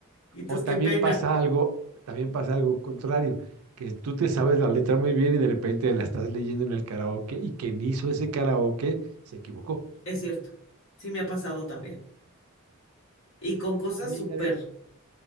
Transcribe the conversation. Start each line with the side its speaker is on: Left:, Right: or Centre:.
Left: Y entonces,
Right: O también
Left: qué pena.
Right: pasa algo, también pasa algo contrario, que tú te sabes la letra muy bien y de repente la estás leyendo en el karaoke y quien hizo ese karaoke se equivocó.
Left: Es cierto, sí me ha pasado también. Y con cosas
Right: Oye,
Left: súper.
Right: y ade-